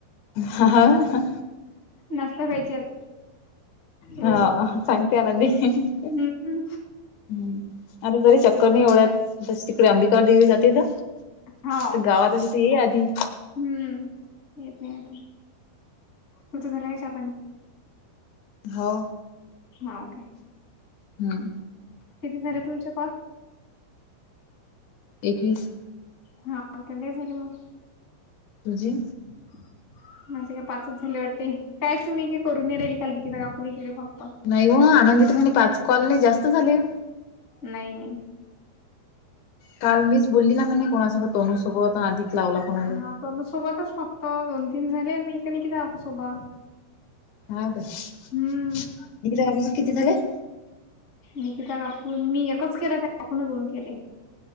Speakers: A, on the left; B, on the left.
A: ह हा ह.
B: नाश्ता <unintelligible> रोज
A: हा. सांगते <unintelligible>
B: हम्म
A: हम्. आणि तरी चक्कर नाही एवढ्यात. तिकडे अंबिका देवीला जाते ना?
B: हा
A: तू गावामधे तर ये आधी.
B: हम्म. येत नाही आता. तुमचं झालं का चहा पाणी?
A: हो.
B: हा ओके.
A: हम्म.
B: किती झाले तुमचे कॉल?
A: एकवीस.
B: हा. लई झाले मग.
A: तुजी.
B: <unintelligible> माझे काय पाच झाले वाटते, कायच मी करून राहील काल निकिता काकुनी केले फक्त.
A: नाही वो आनंदी तुमानी पाच कॉल नाही जास्त झाले.
B: नाही नाही.
A: काल मीच बोलली ना म्हणे कोणासोबत तोनुसोबत अधिक लावला. कोणाला
B: हा तोनसोबतच फक्त दोन तीन झाले म निकिता काकू सोबत.
A: हां ग,
B: हम्म
A: निकिता काकू किती झाले?
B: निकिता काकू मी एकच केल त्या काकून दोन केले.